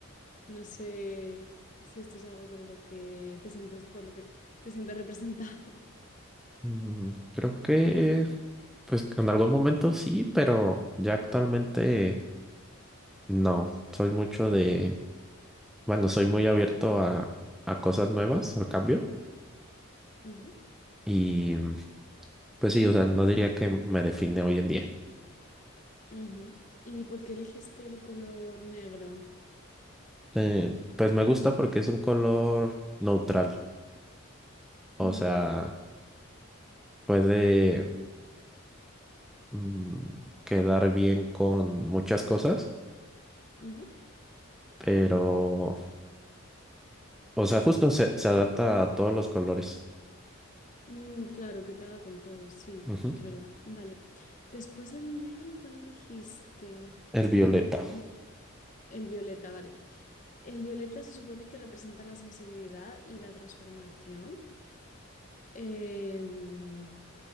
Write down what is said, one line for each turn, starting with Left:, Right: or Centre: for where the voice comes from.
Left: No sé si esto es algo con lo que te sientes, por lo que te sientes representado.
Centre: Mm, creo que pues en algún momento sí, pero ya actualmente no. Soy mucho de, bueno, soy muy abierto a, a cosas nuevas, al cambio.
Left: <laughs> Ujú,
Centre: Y pues sí, o sea, no diría que me define hoy en día.
Left: ujú. ¿Y por qué elegiste el color negro?
Centre: Eh, pues me gusta porque es un color neutral, o
Left: Mm,
Centre: sea, puede mm, quedar bien con muchas cosas,
Left: ujú.
Centre: pero, o sea, justo se, se adapta a todos los colores.
Left: Mm, claro, que pega con todo, sí,
Centre: Ujú.
Left: es verdad. Vale. Después del negro, ¿cuál elegiste?
Centre: El violeta.
Left: Me- El violeta, vale. El violeta se supone que representa la sensibilidad y la transformación. Em,